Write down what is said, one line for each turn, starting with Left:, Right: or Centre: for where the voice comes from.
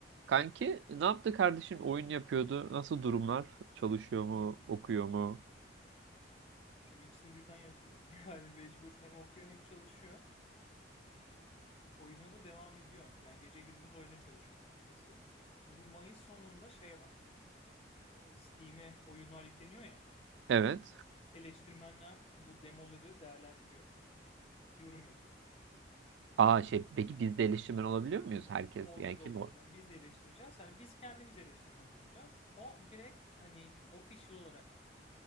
Right: Kanki ne yaptı kardeşin? Oyun yapıyordu. Nasıl durumlar? Çalışıyor mu? Okuyor mu?
Left: Şimdi ikisini birden yapıyor. <laughs> Yani mecbur hem okuyor hem çalışıyor. Ee, oyuna da devam ediyor. Yani gece gündüz oyuna çalışıyor neredeyse. Şimdi bu Mayıs sonunda şey var. Ee, Steam'e oyunlar yükleniyor ya.
Right: Evet.
Left: Eleştirmenler bu demoları değerlendiriyor. Yorum yapıyor.
Right: Aa şey peki biz de eleştirmen olabiliyor muyuz? Herkes
Left: Olacağız
Right: yani kim
Left: olacağız
Right: o?
Left: yani biz de eleştireceğiz. Hani biz kendimiz eleştirmen olacağız. O direkt hani official olarak